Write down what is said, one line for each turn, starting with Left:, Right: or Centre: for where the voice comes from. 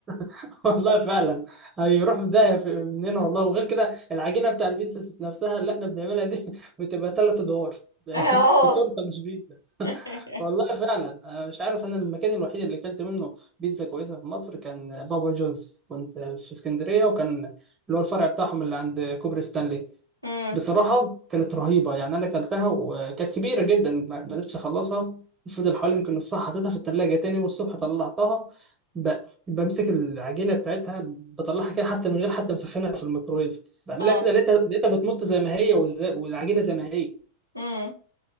Right: <laughs> والله فعلا هيروح في داهيه في- مننا والله وغير كده العجينه بتاع البيتزا ذات نفسها اللي احنا بنعملها دي <laughs> بتبقى ثلاث ادوار <laughs>
Left: اه
Right: دي تورته مش بيتزا
Left: <laughs>
Right: والله فعلا أنا مش عارف انا المكان الوحيد اللي اكلت منه بيتزا كويسه في مصر كان بابا جونز كنت في اسكندريه وكان اللي هو الفرع بتاعهم اللي عند كوبري ستانلي
Left: امم
Right: بصراحة كانت رهيبة يعني أنا أكلتها وكانت كبيرة جدا ما ما قدرتش أخلصها فضل حوالي يمكن نصها حطيتها في التلاجة تاني والصبح طلعتها ب... بمسك العجينة بتاعتها بطلعها كده حتى من غير حتى مسخنها في الميكرويف بعملها
Left: اه
Right: كده لقيتها لقيتها بتمط زي ما هي وز- والعجينة زي ما هي
Left: امم